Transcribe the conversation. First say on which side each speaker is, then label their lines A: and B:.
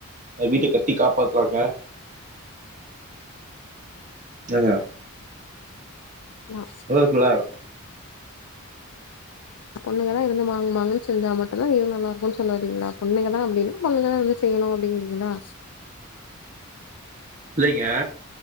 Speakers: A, on the right; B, on the left.
A: வீட்டை கட்டி காப்பாத்துவாங்க ஏங்க
B: நா
A: ஹ குலா
B: பொண்ணுங்கதா இருந்து மாங்குமாங்கன்னு செஞ்சா மட்டுதான் வீடு நல்லா இருக்கும்ன்னு சொல்ல வறீங்களா பொண்ணுங்கதான் அப்படின்னா பொண்ணுல்லா இருந்து செய்யணும் அப்படிங்கிறீங்களா
A: இல்லைங்க